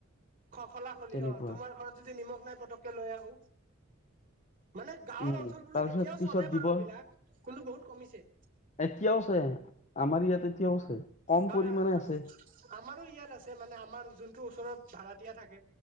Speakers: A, on the right; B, on the left.
A: হলা হলি
B: তেনেকুৱা
A: অ তোমাৰ ঘৰত যদি নিমখ নাই পতককে লৈ আহো। মানে গাঁৱৰ
B: উম
A: অঞ্চলবোৰত
B: তাৰপিছত
A: এতিয়াও
B: পিছত
A: চলে
B: দিব
A: বাৰু এইবিলাক কিন্তু বহুত কমিছে।
B: এতিয়াওছে আমাৰ ইয়াত এতিয়াও আছে কম
A: হয়
B: পৰিমাণে আছে।
A: আমাৰো ইয়াত আছে মানে আমাৰ যোনটো ওচৰত ভাৰাতীয়া থাকে